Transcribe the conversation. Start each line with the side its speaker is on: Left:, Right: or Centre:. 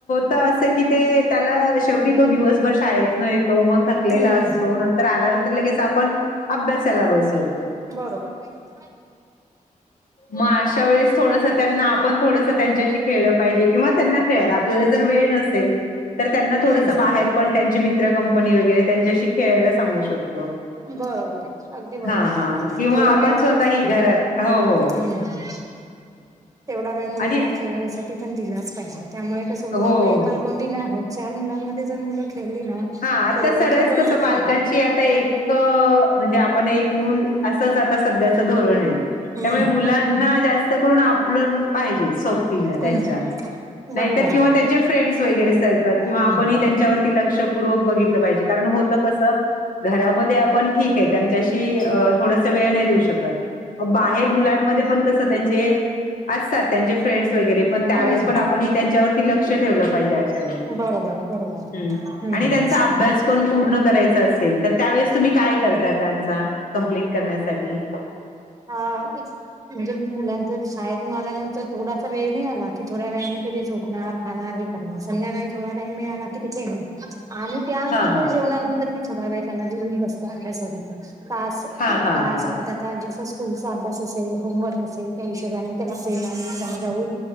Left: त असं कि ते त्याना शेवटी तो दिवसभर शाळेत नाहीत. तो मग थकलेला
Right: हम्म
Left: असतो नंतर आल्यानंतर लगेच आपण अभ्यासाला बसवतो.
Right: बरोबर हाय.
Left: मग अशा वेळेस थोडसं त्यांना आपण थोडसं त्यांच्याशी खेळलं पाहिजे किंवा त्यांना खेळ आपल्याला जर वेळ नसेल तर त्यांना थोडस
Right: हम्म
Left: बाहेर आपण त्यांची मित्र कंपनी वगैरे त्यांच्याशी खेळायला सांगू शकतो.
Right: बरोबर आहे अगदी बरोबर
Left: हा हा
Right: आहे
Left: किंवा
Right: तेवढा
Left: आपण
Right: वेळ
Left: स्वतःही
Right: तर
Left: घरात हो हो.
Right: हम्म तेवढा वेळ मुलांना
Left: आणि
Right: खेळण्यासाठी पण दिलाच पाहिजे त्यामुळे कसं होतं
Left: हो.
Right: मुलं एकलकोंडी नाही होत. चार मुलांमध्ये जर मुलं खेळली ना.
Left: हा आता
Right: तर ओळखी
Left: सरास
Right: पण
Left: कसं
Right: होता
Left: पालकांची आता एक क म्हणजे आपण एक मूल असंच आता सध्याच धोरणाय.
Right: हम्म
Left: त्यामुळे मुलांना जास्त करून आपलं पाहिजे सोबतीला त्यांच्या
Right: हम्म बरोबर
Left: नाहीतर किंवा
Right: आहे
Left: त्यांचे फ्रेंड्स वगैरे सर्कल किंवा
Right: हम्म
Left: आपण ही त्यांच्यावर लक्षपूर्वक बघितलं पाहिजे कारण होत कस घरामध्ये आप पण ठीक आहे त्यांच्याशी अ थोडस वेळ नाही देऊ शकत. बाहेर मुलांमध्ये पण कस त्यांचे असतात त्यांचे फ्रेंडस वगैरे पण त्यावेळेस
Right: हम्म
Left: पण आपण ही त्यांच्यावरती लक्ष ठेवलं पाहिजे अशा वेळी
Right: बरोबर आहे बरोबर आहे
Left: हम्.
Right: हम्म
Left: आणि त्यांचा अभ्यास पण पूर्ण करायचा असेल तर त्यावेेळेस तुम्ही काय करता त्यांचा. कंप्लीट करण्यासाठी.
Right: हा एक म्हणजे मुलांच शाळेतून आल्यानंतर थोडासा वेळ मिळाला. बाकी थोड्या वेळा मध्ये ती झोपणार खणार हे करणार संध्याकाळी थोडा टाईम मिळाला की ती खेळणार आम्ही त्यानंतर
Left: हा हा
Right: जेवणानंतर मी थोडा वेळ त्याला घेऊन बसते अभ्यासाला. तास
Left: हा
Right: एक
Left: हा
Right: तास
Left: हा
Right: अर्धा तास जस स्कूलचा अभ्यास असेल होमवर्क असेल त्या हिशोबाने त्याला प्रेमाने समजावून